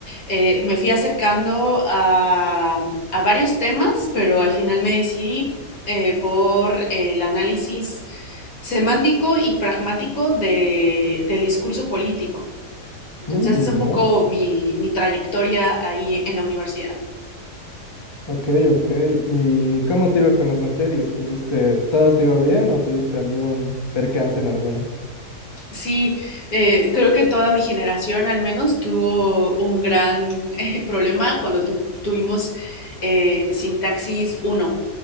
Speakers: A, on the left; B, on the left.
A: eh, me fui acercando a, a, varios temas, pero al final me decidí eh, por el análisis semántico y pragmático de, del discurso político. Entonces
B: mm,
A: es un poco
B: va.
A: mi, mi trayectoria ahí en la universidad.
B: Ok, ok. ¿Y cómo te iba con las materias? ¿Tuviste, todas te iba bien o tuviste algún percance en alguna?
A: Sí, eh, creo que toda mi generación al menos tuvo un gran eh, problema cuando tu, tuvimos eh, sintaxis uno